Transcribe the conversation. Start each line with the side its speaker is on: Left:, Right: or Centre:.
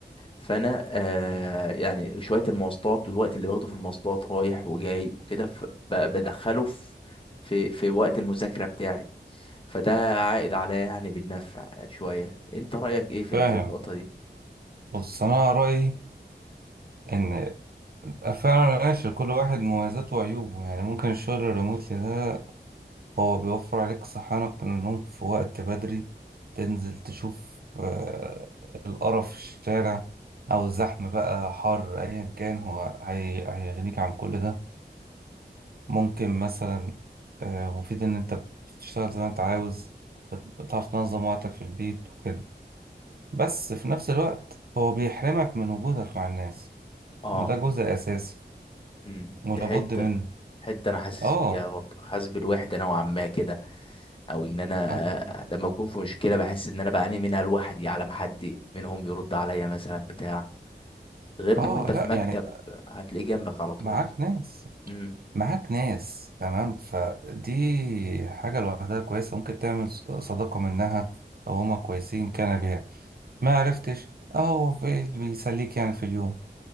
Left: فانا آه يعني شويه المواصلات والوقت اللي باخده في المواصلات رايح وجاي وكده ف- ب- بدخله في في في وقت المذاكره بتاعي فده عائد عليا يعني بالنفع شويه انت رايك ايه في
Right: فاهم
Left: في النقطه دي
Right: بص انا رأيي ان فعلا ماشي كل واحد مميزاته وعيوبه يعني ممكن الشغل الريموتلي ده هو بيوفر عليك صحيانك من النوم في وقت بدري تنزل تشوف آه، القرف في الشارع أو الزحمة بقى حر أيا كان هو هي- هيغنيك عن كل ده ممكن مثلا آه، مفيد إن أنت بتشتغل زي ما أنت عاوز بتعرف تنظم وقتك في البيت وكده بس في نفس الوقت هو بيحرمك من وجودك مع الناس
Left: اه
Right: وده جزء أساسي
Left: امم
Right: ولابد
Left: دي حته
Right: منه
Left: حته انا حاسس
Right: آه
Left: بيها برضه حاسس بالوحده نوعا ما كده او ان انا
Right: هت-
Left: آه، لما بكون في مشكله بحس ان انا بعاني منها لوحدي على ما حد منهم يرد عليا مثلا بتاع غير
Right: آه
Left: لو انت
Right: لأ
Left: في مكتب
Right: يعني
Left: هتلاقيه جنبك على طول
Right: معاك ناس
Left: امم
Right: معاك ناس تمام فدي حاجة لوحدها كويسة ممكن تعمل ص- صداقة منها أو هما كويسين كان بيها ما عرفتش أهو في- اللي بيسليك يعني في اليوم